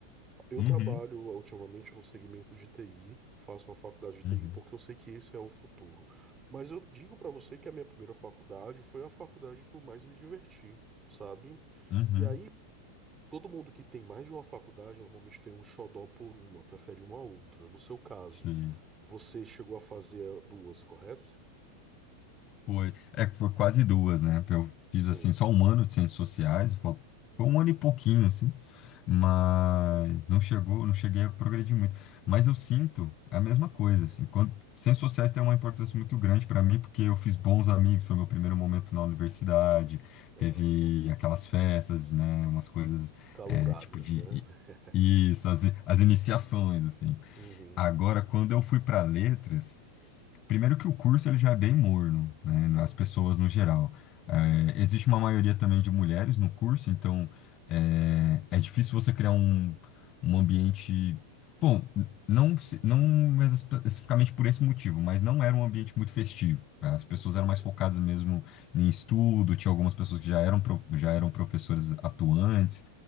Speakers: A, on the right; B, on the left.
A: Eu
B: Uhum,
A: trabalho ultimamente no segmento de TI, faço uma faculdade de TI
B: uhum,
A: porque eu sei que esse é o futuro. Mas eu digo pra você que a minha primeira faculdade foi a faculdade que eu mais me diverti, sabe?
B: uhum.
A: E aí, Todo mundo que tem mais de uma faculdade normalmente tem um xodó por uma, prefere uma a outra. No seu caso,
B: Sim.
A: você chegou a fazer duas, correto?
B: Foi, é que foi quase duas, né? Eu fiz
A: Sim.
B: assim só um ano de ciências sociais, foi foi um ano e pouquinho assim, mas não chegou, não cheguei a progredir muito. Mas eu sinto a mesma coisa assim, quando ciências sociais tem uma importância muito grande para mim porque eu fiz bons amigos, foi meu primeiro momento na universidade,
A: Aham.
B: teve aquelas festas, né? Umas coisas
A: Escalouradas,
B: é, tipo de
A: né? <laughs>
B: isso, as, as iniciações assim.
A: Uhum.
B: Agora, quando eu fui para letras Primeiro que o curso ele já é bem morno, né, nas
A: Uhum.
B: pessoas no geral. É, existe uma maioria também de mulheres no curso, então é, é difícil você criar um, um ambiente. Bom, n- não, se- não espe- especificamente por esse motivo, mas não era um ambiente muito festivo. né, As pessoas
A: Entendi.
B: eram mais focadas mesmo em estudo, tinha algumas pessoas que já eram, pro- já eram professores atuantes.